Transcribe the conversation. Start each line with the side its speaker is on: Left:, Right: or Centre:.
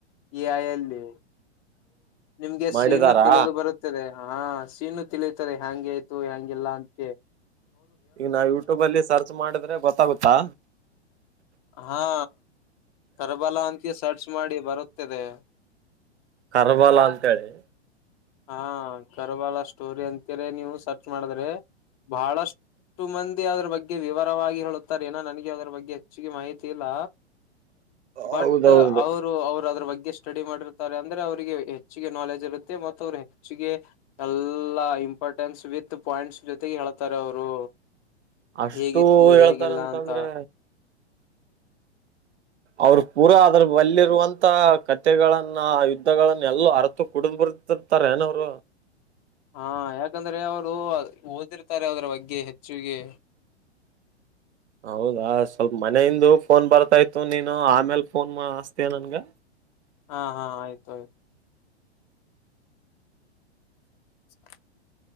Left: ಆಯ ಎಲ್ಲಿ ನಿಮ್ಗೆ
Right: ಮಾಡಿದಾರಾ
Left: ಸೀನು ತಿಳಿದು ಬರುತ್ತದೆ ಹಾ ಸೀನು ತಿಳಿತಾರೆ ಹೆ್ಯಾಂಗಗೆ ಆಯ್ತು ಹೆಂಗಗೆಲ್ಲಾ ಅಂತ
Right: ಈಗ ನಾ ಯೂಟ್ಯೂಬ ಅಲ್ಲಿ ಸರ್ಚ್ ಮಾಡಿದ್ರೆ ಗೊತ್ತಾಗುತ್ತಾ
Left: ಹಾ ಕರಬಲ ಅಂತ ಸರ್ಚ್ ಮಾಡಿ ಬರುತ್ತದೆ
Right: ಕರ್ಬಲ ಅಂತ ಹೇಳಿ
Left: ಹಾ ಕರಬಾಲ ಸ್ಟೋರಿ ಅಂತರ ನೀವು ಸರ್ಚ್ ಮಾಡಿದ್ರೆ ಬಹಳಷ್ಟು ಮಂದಿ ಅದ್ರ ಬಗ್ಗೆ ಬಗೆ ವಿವರವಾಗಿ ಹೇಳುತ್ತಾರೆ ಏನ ನನಗೆ ಅದರ ಬಗ್ಗೆ ಹೆಚ್ಚುಿಗೆ ಮಾಹಿತಿ ಇಲ್ಲ ಬಟ್
Right: ಹೌದೌದು
Left: ಅವರು ಅವರು ಅದ್ರ ಬಗ್ಗೆ ಸ್ಟಡಿ ಮಾಡಿರ್ತಾರೆ ಅಂದ್ರೆ ಅವ್ರಿಗೆ ಹೆಚ್ಚಿಗೆ ನಾಲೆಜ್ ಇರುತ್ತೆ ಮ ಅವರು ಹೆಚ್ಚಿಗೆ ಎಲ್ಲ ಇಂಪಾರ್ಟೆನ್ಸ್ ವಿತ್ ಪಾಯಿಂಟ್ಸ್ ಜೊತೆ ಹೇಳ್ತಾರೆ ಅವರು
Right: ಅಷ್ಟು
Left: ಹೇಗಿತ್ತು ಹೇಗಿಲ್ಲ
Right: ಹೇಳ್ತಾರಂತಂದ್ರೆ
Left: ಅಂತ ಹ
Right: ಅವರು ಪೂರಾ ಅದ್ರ ಬಲ್ಲಿರುವಂತ ಕಥೆಗಳನ್ನ ಆ ಯುದ್ಧಗಳನ್ನ ಎಲ್ಲೋ ಅರತು ಕುಡಿದ್ ಬರ್ ತಾರೆನ ಹರ
Left: ಹಾ ಯಾಕಂದ್ರೆ ಅವರು ಓದಿರ್ತಾರೆ ಅದ್ರ ಬಗ್ಗೆ ಹೆಚ್ಚಿಗೆ
Right: ಹೌದಾ ಸ್ವಲ್ಪ ಮನೆಯಿಂದ ಫೋನ್ ಬರ್ತಾ ಇತ್ತು ನೀನು ಆಮೇಲ್ ಫೋನ್ ಹಚಿತ್ಯಾ ಯ ನನ್ಗ
Left: ಹಾ ಹಾ ಆಯ್ತು ಆಯ್ತು <inaudible> <inaudible>